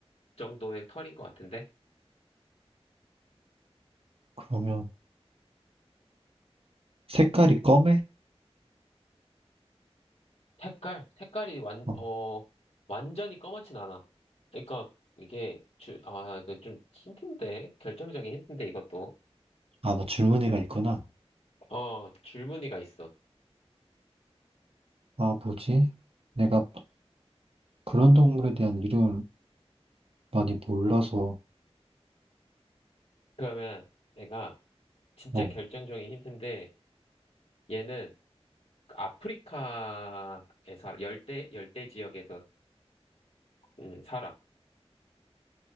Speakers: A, on the left; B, on the right.
A: 정도의 털인 것 같은데?
B: 그러면 색깔이 검해?
A: 색깔? 색깔이 완,
B: 어,
A: 어, 완전히 검맣진 않아. 그러니까 이게 줄, 아, 이거 좀 힌트인데? 결정적인 힌트인데 이것도.
B: 아, 뭐 줄무늬가 있구나.
A: 어, 줄무늬가 있어.
B: 아, 뭐지? 내가 그런 동물에 대한 이름을 많이 몰라서,
A: 그러면 얘가 진짜
B: 어,
A: 결정적인 힌트인데 얘는 그 아프리카에 살아. 열대, 열대 지역에서 음, 살아.